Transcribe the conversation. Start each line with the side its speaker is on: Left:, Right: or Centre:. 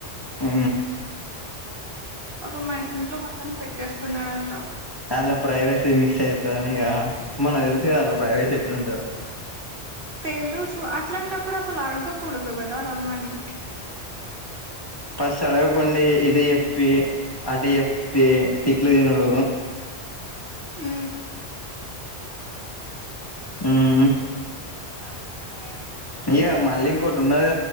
Left: ఉ
Right: ఒక మా ఇంట్లో మొత్తం సెట్ చేసుకున్నాడంతా
Left: అలా ప్రైవేసీ మిస్ అవుతా అనిక మనకు తెలుసు కదా అలా ప్రైవేసీ ఎట్లుంటావు
Right: తెలుసు అట్లాంటప్పుడు అసలు అడగకూడదు కదా రమ్మని
Left: ఫస్ట్ అడగకుండి ఇటు చెప్పి అటు చెప్పి పే తిట్లదిన్నడు
Right: ఉ
Left: ఉ హు
Right: ఉ
Left: అయ్య మళ్లీ ఇంకోటి ఉన్నద